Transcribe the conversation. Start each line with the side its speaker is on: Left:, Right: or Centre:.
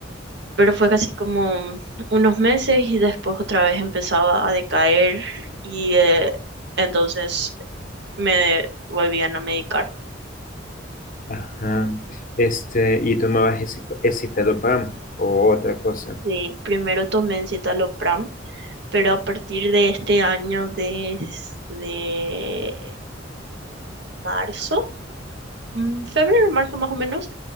Right: pero fue casi como unos meses y después otra vez empezaba a decaer y eh, entonces me volvían a medicar.
Left: Ajá. Este, ¿y tomabas eci- escitalopram o otra cosa?
Right: Sí, primero tomé citalopram, pero a partir de este año, desde marzo, mm, febrero, marzo más o menos,